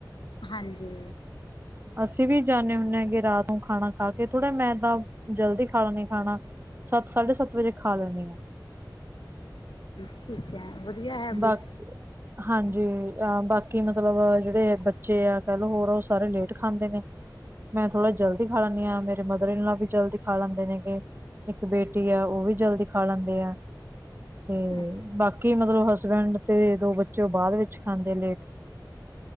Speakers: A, on the left (about 80°); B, on the right (about 30°).
A: ਹਾਂਜੀ।
B: ਅਸੀਂ ਵੀ ਜਾਂਦੇ ਹੁੰਦੇ ਹਾਂਗੇ ਰਾਤ ਨੂੰ ਖਾਣਾ ਖਾ ਕੇ ਥੋੜਾ ਮੈਂ ਤਾਂ ਜਲਦੀ ਖਾਣਾ ਲੇਣੀ ਖਾਣਾ। ਸੱਤ ਸਾਢੇ ਸੱਤ ਵਜੇ ਖਾ ਲੈਣੀ ਆ।
A: ਠੀਕ ਹੈ, ਵਧੀਆ ਹੈਬੇਟ
B: ਬਾ ਹਾਂਜੀ ਬਾਕੀ ਮਤਲਬ ਜਿਹੜੇ ਬੱਚੇ ਆ ਕਹਿ ਲੋਓ ਹੋਰ ਆ, ਉਹ ਸਾਰੇ ਲੇਟ ਖਾਂਦੇ ਨੇ। ਮੈਂ ਥੋੜਾ ਜਲਦੀ ਖਾ ਲੈਂਦੀ ਹਾਂ ਮੇਰੇ ਮਦਰ ਇਨ ਲੋ ਵੀ ਜਲਦੀ ਖਾ ਲੈਂਦੇ ਨੇਗੇ। ਇੱਕ ਬੇਟੀ ਆ ਉਹ ਵੀ ਜਲਦੀ ਖਾ ਲੈਂਦੇ ਆ, ਤੇ
A: ਹੈ,
B: ਬਾਕੀ ਮਤਲਬ ਹਸ ਹਸਬੈਂਡ ਤੇ ਦੋ ਬੱਚੇ ਉਹ ਬਾਅਦ ਵਿੱਚ ਖਾਂਦੇ ਨੇ ਲੇਟ